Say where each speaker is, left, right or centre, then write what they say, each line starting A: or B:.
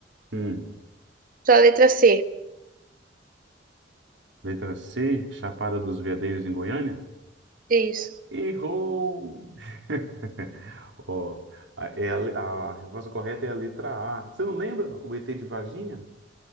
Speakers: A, on the right; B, on the right.
A: Hum.
B: Só a letra C.
A: Letra C, Chapada dos Veadeiros, em Goiânia?
B: Isso.
A: Errou! <laughs> Ó, a- é a, le- a resposta correta é a letra A. Você não lembra o ET de Varginha?